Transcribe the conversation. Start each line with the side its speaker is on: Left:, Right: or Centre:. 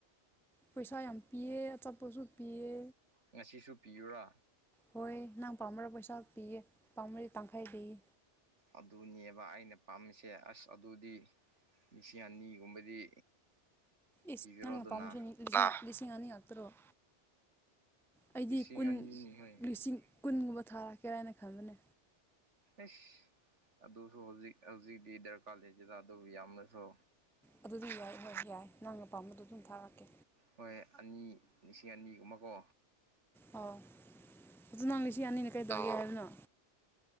Centre: ꯄꯩꯁꯥ ꯌꯥꯝ ꯄꯤꯌꯦ ꯑꯆꯥꯠꯄꯁꯨ ꯄꯤꯌꯦ
Right: ꯉꯁꯤꯁꯨ ꯄꯤꯌꯨꯔꯥ
Centre: ꯍꯣꯏ ꯅꯪ ꯄꯥꯝꯃꯔ ꯄꯩꯁꯥ ꯄꯤꯌꯦ ꯄꯥꯝꯃꯗꯤ ꯇꯥꯡꯈꯩ ꯄꯤꯌꯦ
Right: ꯑꯗꯨꯅꯦꯕ ꯑꯩꯅ ꯄꯥꯝꯃꯤꯁꯦ ꯑꯁ ꯑꯗꯨꯗꯤ ꯁꯤꯡ ꯑꯅꯤꯒꯨꯝꯕꯗꯤ
Centre: ꯏꯁ
Right: ꯄꯤꯕꯤꯔꯣꯗꯅ
Centre: ꯅꯪꯅ ꯄꯥꯝꯁꯨꯅꯤ ꯂꯤꯁꯤꯡ ꯑꯅꯤꯒ ꯇꯔꯨꯛ ꯑꯩꯗꯤ
Right: ꯂꯤꯁꯤꯡ
Centre: ꯀꯨꯟ
Right: ꯑꯅꯤꯅꯤ ꯍꯣꯏ
Centre: ꯂꯤꯁꯤꯡ ꯀꯨꯟꯒꯨꯝꯕ ꯊꯥ ꯀꯔꯥꯏꯅ ꯈꯟꯕꯅꯦ
Right: ꯑꯦꯁ ꯑꯗꯨꯁꯨ ꯍꯧꯖꯤꯛ ꯍꯧꯖꯤꯛꯇꯤ ꯗꯔꯀꯥꯔ ꯂꯩꯖꯗ ꯑꯗꯨꯕꯨ ꯌꯥꯝꯅꯁꯨ
Centre: ꯑꯗꯨꯗꯤ ꯌꯥꯏ ꯍꯣꯏ ꯌꯥꯏ ꯅꯪꯅ ꯄꯥꯥꯝꯕꯗꯨ ꯑꯗꯨꯝ ꯊꯥꯔꯛꯀꯦ
Right: ꯍꯣꯏ ꯑꯅꯤ ꯂꯤꯁꯤꯡ ꯑꯅꯤꯒꯨꯝꯕꯀꯣ
Centre: ꯑꯣ ꯑꯗꯨ ꯅꯪ ꯂꯤꯁꯤꯡ ꯑꯅꯤꯅ ꯀꯩꯗꯧꯒꯦ ꯍꯥꯏꯕꯅꯣ